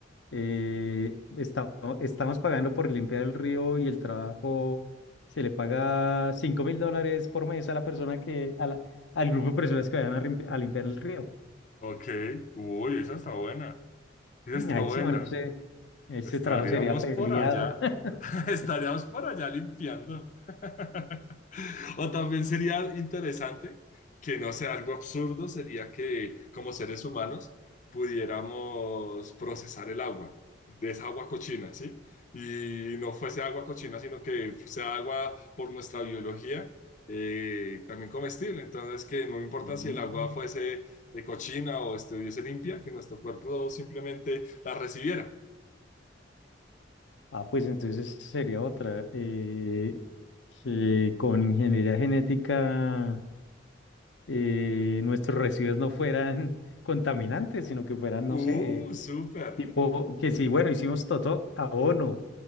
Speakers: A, on the left; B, on the left.
A: eh, esta- estamos pagando por limpiar el río y el trabajo se le paga cinco mil dólares por mes a la persona que, a la- al grupo de personas que vayan a, limpi- a limpiar el río.
B: Ok, uy, esa está buena, esa
A: Mm,
B: está
A: Ahí
B: buena.
A: sí, marica, ese, ese
B: Estaríamos
A: trabajo sería peleado.
B: por allá,
A: <laughs>
B: <laughs> estaríamos por allá limpiando. <laughs> O también sería interesante que no sé algo absurdo, sería que como seres humanos pudiéramos procesar el agua, de esa agua cochina, ¿sí? Y no fuese agua cochina, sino que sea agua por nuestra biología, eh, también comestible. Entonces, que no importa
A: Mm.
B: si el agua fuese eh, cochina o estuviese limpia, que nuestro cuerpo simplemente la recibiera.
A: Ah, pues entonces sería otra. eh, que con ingeniería genética eh, nuestros residuos no fueran <laughs> contaminantes, sino que fueran,
B: ¡Uh,
A: no sé.
B: súper!
A: Tipo, que sí, bueno, hicimos todo abono,